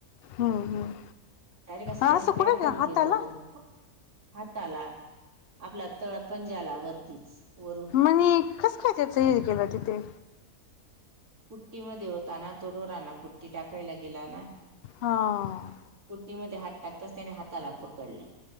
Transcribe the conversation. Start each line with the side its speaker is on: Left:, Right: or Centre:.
Left: हम्म हम्म
Right: तरी कसं
Left: असं कुठे
Right: जाम धरून
Left: हाताला
Right: होतं मी. हाताला आपला तळ पंजाला वरतीच वरून
Left: आणि कसं काय त्याचं हे गेलं तिथे?
Right: कुट्टी मध्ये होता ना, तो ढोराना कुट्टी टाकायला गेला ना.
Left: हा.
Right: कुट्टी मध्ये हात टाकताच त्याने हाताला पकडलं,